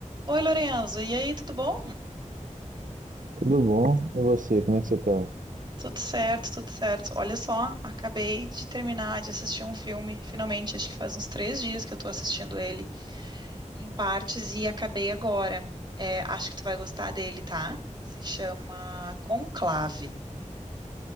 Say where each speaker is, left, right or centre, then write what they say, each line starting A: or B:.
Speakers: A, on the right; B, on the right.
A: Oi, Lorenzo, e aí, tudo bom?
B: Tudo bom? E você, como é que você tá?
A: Tudo certo, tudo certo. Olha só, acabei de terminar de assistir um filme, finalmente, acho que faz uns três dias que eu tô assistindo ele em partes e acabei agora. É, acho que tu vai gostar dele, tá? Se chama Conclave.